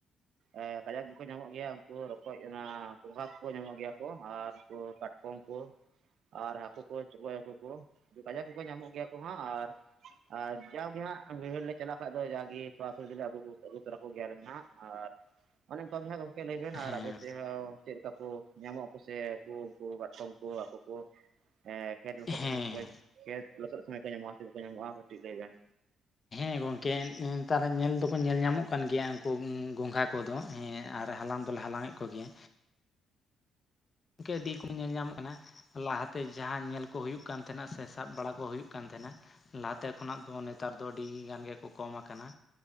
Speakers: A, on the right (about 70°); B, on the left (about 40°).
A: ᱮ ᱠᱟᱡᱟᱠ ᱜᱮᱠᱚ ᱧᱟᱢᱚᱜ ᱜᱮᱭᱟ᱾ ᱠᱚ ᱨᱚᱠᱚᱡ ᱚᱱᱟ ᱜᱚᱸᱜᱟ ᱠᱚᱠᱚ ᱧᱟᱢᱚᱜ ᱜᱮᱭᱟ ᱠᱚ ᱟᱨ ᱩᱱᱠᱩ ᱠᱟᱴᱠᱚᱢ ᱠᱚ, ᱟᱨ ᱦᱟᱹᱠᱩ ᱠᱚ ᱪᱚᱲᱜᱚᱡ ᱦᱟᱹᱠᱩ ᱠᱚ ᱠᱟᱡᱟᱠ ᱜᱮᱠᱚ ᱧᱟᱢᱚᱜ ᱜᱮᱭᱟ ᱠᱚ ᱦᱟᱸᱜ, ᱟᱨ ᱟᱨ ᱡᱟᱣᱟᱜᱮ ᱦᱟᱸᱜ ᱵᱟᱹᱭᱦᱟᱹᱲ ᱞᱮ ᱪᱟᱞᱟᱜ ᱠᱷᱟᱡ ᱫᱚ ᱡᱟᱜᱮ ᱛᱷᱚᱲᱟ ᱛᱷᱚᱲᱤ ᱞᱮ ᱟᱹᱜᱩ ᱛᱚᱨᱟ ᱠᱚᱜᱮᱭ ᱟᱞᱮ ᱦᱟᱸᱜ ᱟᱨ ᱚᱱᱮ ᱚᱱᱠᱟ ᱜᱮ ᱦᱟᱸᱜ ᱜᱚᱢᱠᱮ
B: ᱦᱮᱸ
A: ᱟᱨ ᱟᱵᱮᱱ ᱥᱮᱦᱚᱸ ᱪᱮᱫ ᱞᱮᱠᱟ ᱠᱚ ᱧᱟᱢᱚᱜ ᱟᱠ ᱥᱮ ᱦᱟᱹᱠᱩ ᱠᱚ ᱠᱟᱴᱠᱚᱢ ᱠᱚ ᱦᱟᱹᱠᱩ ᱠᱚ, ᱦᱮ ᱠᱷᱮᱛ ᱞᱚᱥᱚᱫ
B: ᱦᱮᱸ
A: ᱠᱟᱛᱮ ᱥᱚᱢᱚᱭ ᱠᱷᱮᱛ ᱞᱚᱥᱚᱫ ᱥᱚᱢᱚᱭ ᱠᱚ ᱧᱟᱢᱚᱜ-ᱟ ᱥᱮ ᱵᱟᱠᱚ ᱧᱟᱢᱚᱜ-ᱟ ᱠᱟᱹᱴᱤᱡ ᱞᱟᱹᱭ ᱵᱮᱱ?
B: ᱦᱮᱸ ᱜᱚᱝᱠᱮ ᱱᱮᱛᱟᱨ ᱧᱮᱞ ᱫᱚᱠᱚ ᱧᱮᱞ ᱧᱟᱢᱚᱜ ᱠᱟᱱ ᱜᱮᱭᱟ ᱩᱱᱠᱩ ᱜᱚᱝᱜᱷᱟ ᱠᱚᱫᱚ ᱦᱮᱸ ᱟᱨ ᱦᱟᱞᱟᱝ ᱫᱚᱞᱮ ᱦᱟᱞᱟᱝ ᱮᱫ ᱠᱚ ᱜᱮᱭᱟ᱾ <unintelligible> ᱠᱚᱢ ᱧᱮᱞ ᱧᱟᱢ ᱠᱟᱱᱟ ᱞᱟᱦᱟᱛᱮ ᱡᱟᱦᱟᱸ ᱧᱮᱞ ᱠᱚ ᱦᱩᱭᱩᱜ ᱠᱟᱱ ᱛᱟᱦᱮᱱᱟ ᱥᱮ ᱥᱟᱵ ᱵᱟᱲᱟ ᱠᱚ ᱦᱩᱭᱩᱜ ᱠᱟᱱ ᱛᱟᱦᱮᱱᱟ, ᱞᱟᱦᱟᱛᱮ ᱠᱷᱚᱱᱟᱜ ᱫᱚ ᱱᱮᱛᱟᱨ ᱫᱚ ᱟᱹᱰᱤ ᱜᱟᱱ ᱜᱮᱠᱚ ᱠᱚᱢ ᱟᱠᱟᱱᱟ,